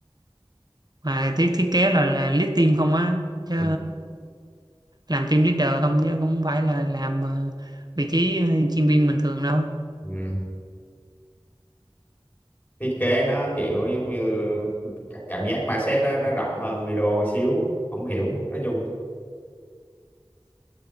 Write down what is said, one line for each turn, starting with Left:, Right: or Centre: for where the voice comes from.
Right: mà thiết thiết kế là, là lead team không á chứ
Left: Ừ.
Right: làm team leader không chứ không phải là làm ờ, vị trí ờ, chuyên viên bình thường đâu
Left: Ừ. thiết kế nó kiểu giống như cảm giác mindset nó nó rộng hơn video một xíu không hiểu nói chung